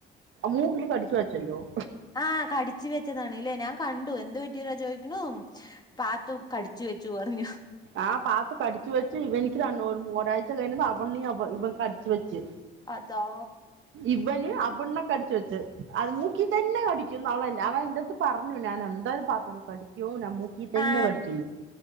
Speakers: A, on the right; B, on the left.
A: മൂക്കില് കടിച്ചു വെച്ചല്ലോ-
B: ആഹ് കടിച്ചു വെച്ചതാണ് ഇല്ലേ ഞാൻ കണ്ടു എന്ത് പറ്റിയരാ ചോദിക്കണ് പാത്തു കടിച്ചു- വെച് ഒറങ്ങിയെ,
A: ആ പാത്തു കടിച്ച വെച്ച് ഇവ ആ പാത്തു പടിച്ച് വച്ച് ഇവനിക്ക്- രൺ ഒരാഴ്ച കഴിഞ്ഞമ്പു അവണ്ണ ഇവൻ അടിച്ച് വെച്ച്
B: അതാ
A: ഇബന് അബണ്ണൊക്കെ അടിച്ച വെച്ചത് അത് മൂക്കി തന്നെ അടിക്കുന്നവൻ ഞൻ അൻഎന്തട്ത്ത് പറഞ്ഞുഞൻ എന്തായാലും പാ റപഠിക്കു ല മൂക്ക തന്നെ
B: ആ
A: കടിച്ചിന്